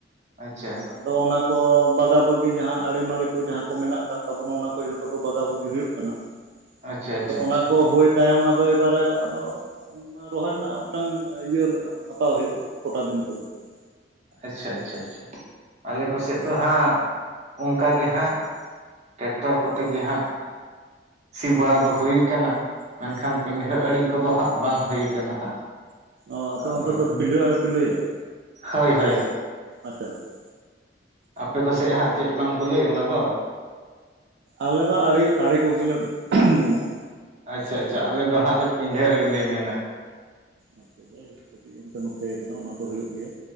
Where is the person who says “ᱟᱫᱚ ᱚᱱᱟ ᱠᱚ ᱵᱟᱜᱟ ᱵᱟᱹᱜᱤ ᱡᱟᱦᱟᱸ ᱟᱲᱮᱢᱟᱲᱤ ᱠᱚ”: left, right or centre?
Right